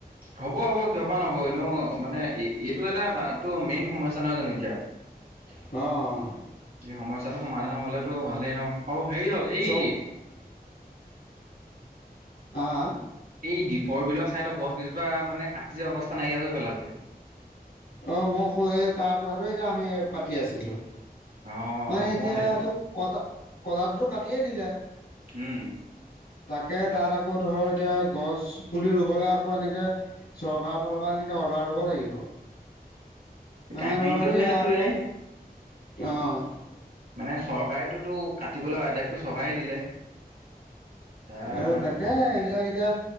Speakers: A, on the right (about 75°); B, on the left (about 90°).
A: হ'ব হ'ব ক্ষপা নহ'ব এনেও মানে, এই এইটো এটা তোৰ মেইন সমস্যা নহয় জানো এতিয়া। <inaudible>
B: অ', অ'।
A: এই সমস্যাটো সমাধান হলেতো ভালেই ন, আৰু হেৰি হল এই
B: চব হা হা?
A: এই দ্বীপৰ বিলৰ ছাইদত, গছ গোজোপা মানে কাটি যোৱা অৱস্থা নাইকিয়াাকৈ পেলালে।
B: অ', মই তাৰ কথাটো এতিয়া আমি পাতি আছিলো।
A: অ
B: মানে
A: মই
B: এতিয়া
A: সেইটো
B: তোক কটা কটাটোতো কাটিয়ে দিলে।
A: উম।
B: তাকে তাত আকৌ ধৰ এতিয়া গছ পুলি ৰুবলৈ আকৌ এনেকে চৰকাৰৰ ফালৰ পৰা এনেকে অৰ্ডাৰ লব লাগিব। মানে
A: কাহিনীতটো
B: ধৰ এতিয়া
A: সেইটোৱেই।
B: আকৌ অ'।
A: মানে চৰকাৰেতোতো কাটিবলৈ আদেশটো চৰকাৰে দিলে। এয়া
B: এ তাকে এইবিলাক এতিয়া